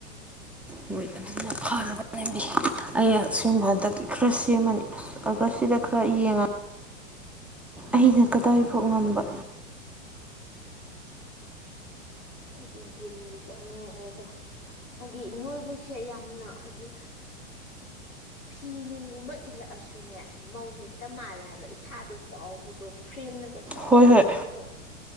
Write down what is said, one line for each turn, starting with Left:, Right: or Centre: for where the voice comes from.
Centre: ꯍꯣꯏ ꯑꯗꯨꯅ ꯐꯅꯕꯕꯤ ꯑꯩ ꯁꯤꯨꯝꯕ ꯍꯟꯗꯛꯤ ꯈꯔ ꯁꯦꯝꯃꯅꯤ ꯑꯒ ꯁꯤꯗ ꯈꯔ ꯌꯦꯡꯉꯒ ꯑꯩꯅ ꯀꯗꯥꯏ ꯐꯥꯎ ꯉꯝꯕ
Left: ꯑꯩꯗꯤ ꯖꯤꯝꯕꯨ ꯆꯠꯅꯤꯡꯉꯛꯑꯦꯗꯣ ꯍꯥꯏꯗꯤ ꯅꯣꯏꯕꯁꯦ ꯌꯥꯝꯅ ꯍꯥꯏꯗꯤ ꯐꯤ ꯅꯨꯡꯒꯨꯝꯕ ꯏꯜꯂꯛꯑꯁꯨꯅꯦ ꯃꯧ ꯍꯦꯛꯇ ꯃꯥꯜꯂꯦ ꯍꯥꯏꯕ ꯏꯁꯥꯗꯣ ꯆꯥꯎꯕꯗꯣ ꯐ꯭ꯔꯦꯝꯅ ꯆꯥꯎꯕꯅꯤꯅꯀꯣ
Centre: ꯍꯣꯏ ꯍꯣꯏ